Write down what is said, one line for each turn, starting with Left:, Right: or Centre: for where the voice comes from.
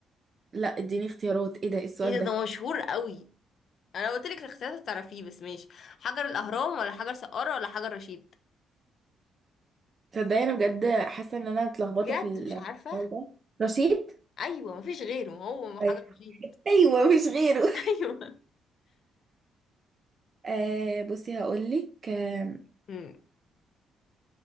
Right: لا اديني اختيارات ايه ده إيه السؤال
Left: ايه ده
Right: ده
Left: ده مشهور قوي انا قلت لك الاختيارات تعرفيه بس ماشي حجر الاهرام ولا حجر سقارة ولا حجر رشيد
Right: تصدقي انا بجد حاسه ان انا اتلخبطه
Left: بجد
Right: في السؤال
Left: مش عارفة
Right: ده رشيد
Left: ايوه مفيش غيره هو حجر
Right: أيوة.
Left: رشيد
Right: ايوه مش غيره <laughs>
Left: <laughs> ايوه
Right: آه بصي هقولك آم،
Left: امم